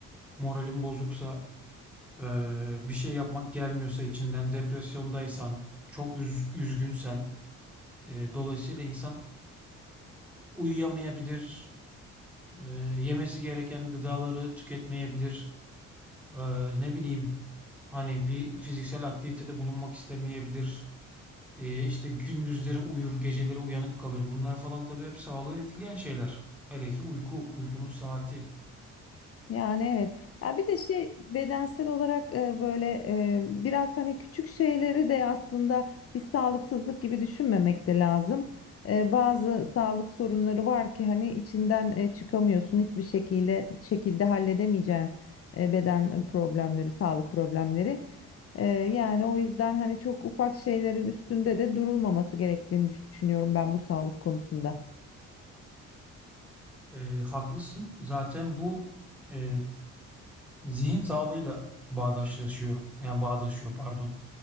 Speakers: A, in the centre; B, on the left.
A: moralin bozuksa, eee, bir şey yapmak gelmiyorsa içinden, depresyondaysan, çok üz- üzgünsen, e, dolayısıyla insan uyuyamayabilir, e, yemesi gereken gıdaları tüketmeyebilir. E, ne bileyim hani bir fiziksel aktivitede bulunmak istemeyebilir. E, işte gündüzleri uyur, geceleri uyanık kalır. Bunlar falan tabii hep sağlığı etkileyen şeyler. Hele ki uyku, uykunun saati.
B: Yani evet. Ya bir de şey bedensel olarak e, böyle e, biraz hani küçük şeyleri de aslında bir sağlıksızlık gibi düşünmemek de lazım. E, bazı sağlık sorunları var ki hani içinden e, çıkamıyorsun hiçbir şekilde şekilde halledemeyeceğin e, beden problemleri, sağlık problemleri. E, yani o yüzden hani çok ufak şeylerin üstünde de durulmaması gerektiğini düşünüyorum ben bu sağlık konusunda.
A: E, haklısın. Zaten bu e, zihin sağlığıyla bağdaşlaşıyor. Yani bağdaşıyor pardon.